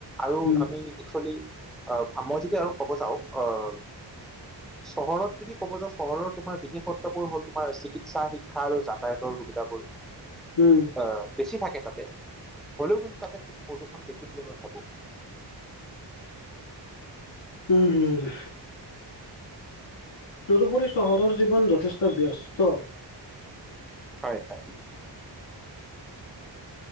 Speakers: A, in the centre; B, on the left.
A: আৰু
B: উম
A: আমি একচুৱেলী আ মই যদি আৰু কব যাওঁ অ অ অ চহৰত যদি ক'ব যাওঁ চহৰৰ তোমাৰ বিশেষত্ববোৰ হল তোমাৰ চিকিৎসা শিক্ষা আৰু যাতায়তৰ সুবিধাবোৰ।
B: উম উ উ।
A: অ অ অ, বেছি থাকে তাতে হলেও কিন্তু তাতে প্ৰদূষণ বেছি বুলি মই ভাবো।
B: উম উ, হুম উ উ। তদুপৰি চহৰৰ জীৱন যথেষ্ট ব্যস্ত।
A: হয়-হয়।